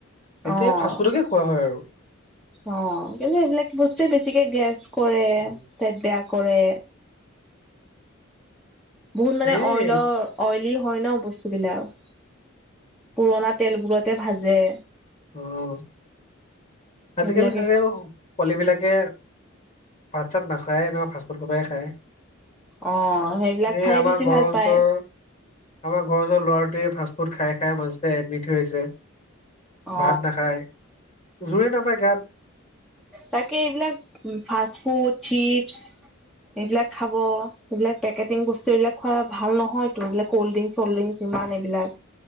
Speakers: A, on the left (about 35°); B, in the centre.
A: তেতিয়া
B: অ',
A: ফাষ্ট ফুডকে খোৱা হয় আৰু
B: অ', কিন্তু এইবিলাক বস্তুৱে, বেছিকে গেছ- কৰে,
A: উম,
B: পেত বেয়া কৰে। বহুত মানে
A: এই
B: অইলৰ অইলি হয় ন বস্তু বিলাক, পুৰণা তেলবোৰতে ভাজে।
A: অ'। আজিকালি
B: সেইবিলাকে
A: তাতে, পোৱালি বিলাকে ভাত-চাত নাখায় নহয়, ফাষ্টফুড সোপা হে খায়।
B: অ সেইবিলাক
A: এ,
B: খাই
A: আমাৰ
B: বেছি
A: ঘৰৰ
B: ভাল
A: ওচৰৰ
B: পায়
A: আমাৰ ঘৰৰ ওচৰৰ ল'ৰাটোৱে, ফাষ্টফুড খাই, খাই মাজতে এডমিট হৈ আহিছে।
B: অ
A: ভাত নাখায়, জোৰে নাপায় গাত।
B: তাকে, এইবিলাক ফাষ্ট ফুড, চিপছ এইবিলাক খাব। এইবিলাক, পেকেটং বস্তু এইবিলাক খোৱা ভাল নহয়তো, এইবিলাক কল্ড ড্ৰিংছ-চল্ড ড্ৰিংছ ইমান এইবিলাক।